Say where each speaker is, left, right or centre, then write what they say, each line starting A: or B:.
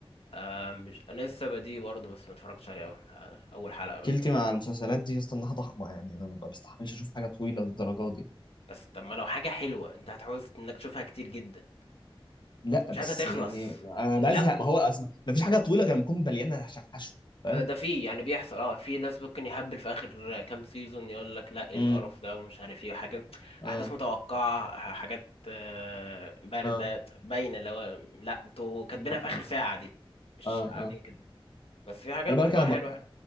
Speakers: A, on the left (about 85°); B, on the left (about 50°).
A: آه، مش أنا لسه بدي برضه بس ما اتفرجتش عليه أول آه، أول حلقة بس
B: كيلتي مع المسلسلات دي يا اسطى انها ضخمه يعني انا ما بستحملش اشوف حاجه طويله للدرجه دي
A: بس طب ما لو حاجة حلوة أنت هتحوز إنك تشوفها كتير جدا
B: لا
A: مش
B: بس
A: عايزها تخلص
B: يعني انا
A: لو
B: بزهق ما هو اصلا ما فيش حاجه طويله غير لما تكون مليانه شحشو فاهم؟
A: ده فيه يعني بيحصل اه في ناس ممكن يهبل في اخر كام سيزون يقول لك لا ايه
B: امم
A: القرف ده ومش عارف ايه وحاجات
B: اه
A: احداث متوقعه حاجات آه، بارده
B: اه
A: باينه اللي هو لا انتوا كاتبينها
B: اه
A: في اخر ساعه دي مش
B: اه
A: قاعدين
B: اه
A: كده بس في حاجات
B: انا
A: بتبقى
B: بالك انا
A: حلوه
B: ب...